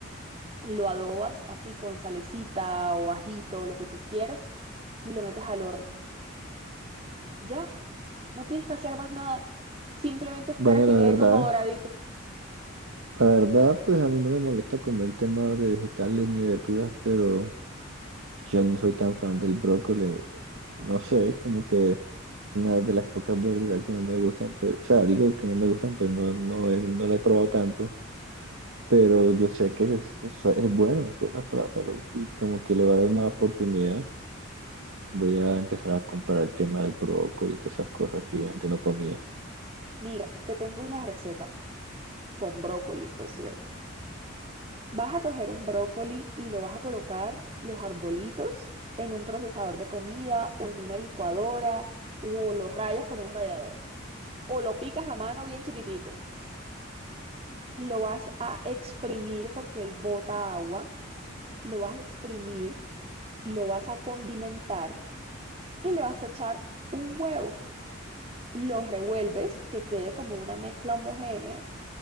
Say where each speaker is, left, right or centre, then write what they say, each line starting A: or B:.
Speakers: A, on the right; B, on the right.
A: lo adobas así con salecita o ajito, lo que tú quieras, y lo metes al horno. Ya, no tienes que hacer más nada. Simplemente esperas
B: Bueno,
A: que
B: la
A: quede
B: verdad,
A: como doradito.
B: la verdad, pues a mí no me molesta comer el tema de vegetales ni verduras, pero yo no soy tan fan del brócoli. No sé, como que Una de las pocas verduras que no me gustan, pero, o sea, digo que no me gustan, pero no, no, he- no la he probado tanto, pero yo sé que es, es, es bueno, es buena para la salud y como que le va a dar una oportunidad. Voy a empezar a comprar el tema del brócoli y todas esas cosas que antes no comía.
A: Mira, te tengo una receta con brócoli, por cierto. Vas a coger un brócoli y lo vas a colocar los arbolitos en un procesador de comida o en una licuadora o los rayas con un rallador. o lo picas a mano bien chiquitico, lo vas a exprimir porque él bota agua, lo vas a exprimir, lo vas a condimentar y le vas a echar un huevo. Lo revuelves, que quede como una mezcla homogénea